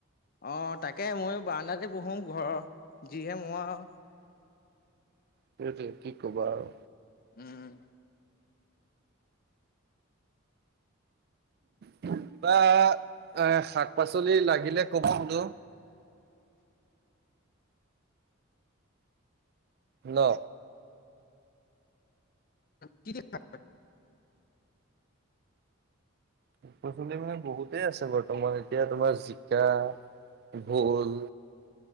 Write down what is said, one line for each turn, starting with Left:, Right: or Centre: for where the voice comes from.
Left: অ তাকে ময়ো বাৰ্ডাতে বহো ঘৰৰ যিহে মহ আও
Right: সেইটোৱে কি কবা আৰু
Left: উম
Right: কিবা এ শাক পাচলি লাগিলে কবা বোলো ন
Left: কি দি <inaudible>
Right: শাক পাচলি মানে বহুতেই আছে বৰ্তমান এতিয়া তোমাৰ জিকা ভুল